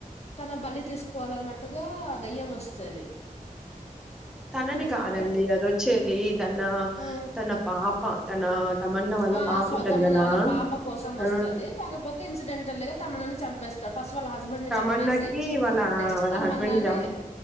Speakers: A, on the left; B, in the centre.
A: తన బలి తీసుకోవాలన్నట్టుగా దయ్యం వస్తది
B: తనని
A: ఐ
B: కాదండి
A: థింక్ అది
B: అదొచ్చేది ధన
A: హ్మ్.
B: తన పాప్ ప తన తమన్నా వాళ్ళ
A: ఆ
B: పాప
A: స్వ
B: ఉంటది
A: తమన్నా
B: కదా!
A: వాళ్ళ పాప కోసం వస్తుది
B: ఆ!
A: కాకపోతే ఇన్సిడెంటల్ గా తమన్నాని చంపేస్ త ఫస్ వాళ్ళ హస్బెండ్ ని
B: తమన్నాకి
A: చంపేసి
B: వాళ్ళ
A: నెక్స్ట్
B: వాళ్ళ
A: తమన్నాని
B: హస్బెండ్ జం